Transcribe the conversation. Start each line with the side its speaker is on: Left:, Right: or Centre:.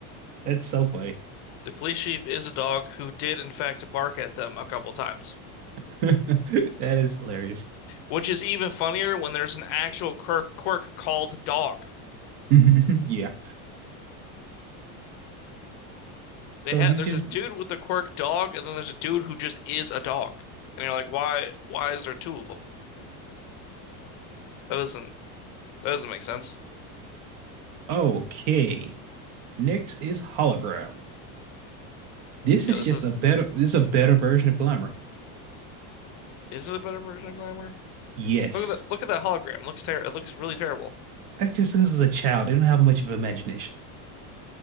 Right: That's so funny.
Left: The police chief is a dog who did in fact bark at them a couple times,
Right: <laughs> That is hilarious.
Left: which is even funnier when there's an actual quirk, quirk called dog.
Right: <laughs> Yeah.
Left: They
Right: So
Left: had
Right: he was
Left: there's
Right: just
Left: a dude with a quirk dog, and then there's a dude who just is a dog. And you're like, why why is there two of them? That doesn't that doesn't make sense.
Right: okay. Next is hologram. This
Left: Yeah,
Right: is
Left: this
Right: just
Left: is
Right: a better this is a better version of glamour.
Left: is it a better version of Glamour?
Right: Yes.
Left: Look at that look at that hologram. It Looks ter it looks really terrible.
Right: That's just this is a child. They don't have much of an imagination.